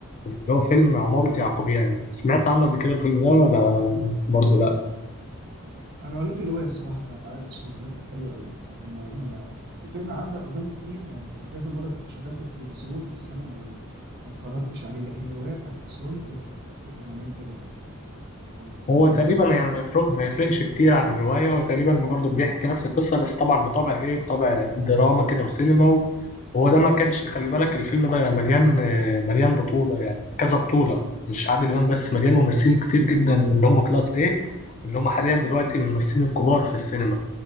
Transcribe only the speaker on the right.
انا قريت الروايه الصراحه بتاعت علاء الاسوار قريتها حلوه قوي لكن ما, ما ما- الفيلم عدى قدامي كتير يعني كذا مره بيبقى شغال في التلفزيون بس انا ما ما اتفرجتش عليه لكن الروايه بتاعت الاسواني قريتها قريتها زمان كده وانا في الكليه
زمان